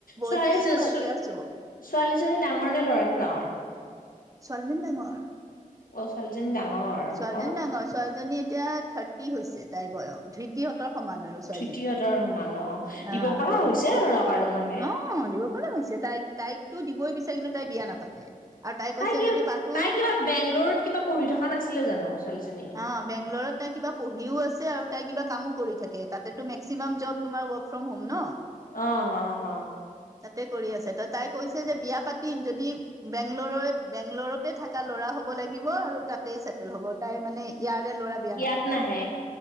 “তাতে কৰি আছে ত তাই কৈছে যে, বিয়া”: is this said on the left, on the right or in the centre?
Right